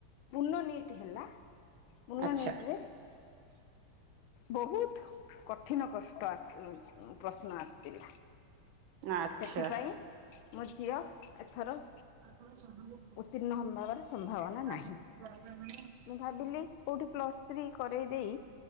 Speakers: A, on the left; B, on the right.
A: ପୁର୍ଣ୍ଣ ନିଟ୍ ହେଲା। ପୁରୁଣା
B: ଆଚ୍ଛା।
A: ନିଟରେ। ବହୁତ କଠିନ କଷ୍ଟ ଆ ପ୍ରଶ୍ନ ଆସେ। ଥିଲା
B: ଆଚ୍ଛା।
A: ସେଥିପାଇଁ ମୋ ଝିଅ ଏଥର।
B: ଆପଣ <unintelligible>
A: ଉତ୍ତୀର୍ଣ୍ଣ <unintelligible> ସମ୍ଭାବନା-
B: <unintelligible>
A: ନାହିଁ ମୁଁ ଭାବିଲି କୋଉଠି ପ୍ଲସ୍ ଥ୍ରୀ କରେଇ ଦେଇ